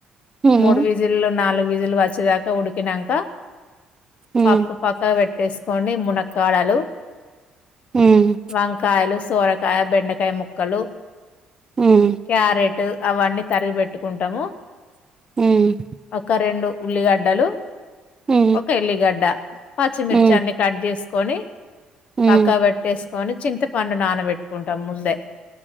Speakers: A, on the right (about 25°); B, on the left (about 60°).
A: ఉమ్,
B: మూడు విజిల్లు నాలు విజిల్లు వచ్చేదాకా ఉడికినంక
A: ఉమ్,
B: పప్పు పక్కక్ వెట్టేసి కొని మునక్కాడలు
A: ఉమ్,
B: వంకాయలు సోరకాయ బెండకాయ ముక్కలు
A: ఉమ్,
B: క్యారెటు అవన్నీ తరిగి పెట్టుకుంటము
A: ఉమ్,
B: ఒక రెండు ఉల్లిగడ్డలు
A: ఉమ్.
B: ఒక ఎల్లిగడ్డ అ <inaudible> పచ్చిమిర్చి
A: హ్మ్
B: అన్ని కట్ జేస్ కొని
A: హ్మ్
B: పక్క వెట్టేసి కాని చింతపండు నానబెట్టుకుంటం ముందే